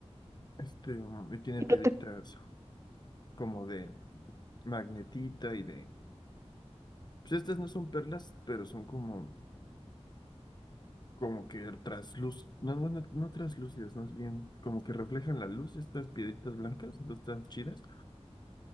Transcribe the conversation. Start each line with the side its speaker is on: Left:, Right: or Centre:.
Left: Este, um, y tiene
Right: Y
Left: piedritas
Right: no te,
Left: como de magnetita y de... Pues estas no son perlas, pero son como, como que trasluz... No, no, no, no translúcidas, más bien como que reflejan la luz, estas piedritas blancas, no están chidas.